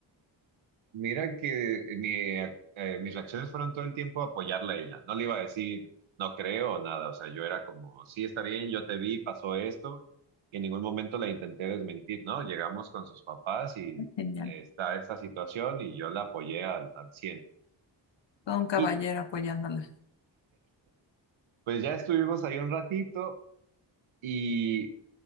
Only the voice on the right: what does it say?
Mira que mi, eh, eh, mis reacciones fueron todo el tiempo apoyarla a ella. No le iba a decir, no creo, o nada. O sea, yo era como, sí, está bien, yo te vi, pasó esto. Y en ningún momento la intenté desmentir, ¿no? Llegamos con sus papás y
está esta situación y yo la apoyé al, al cien.
Y
pues ya estuvimos ahí un ratito y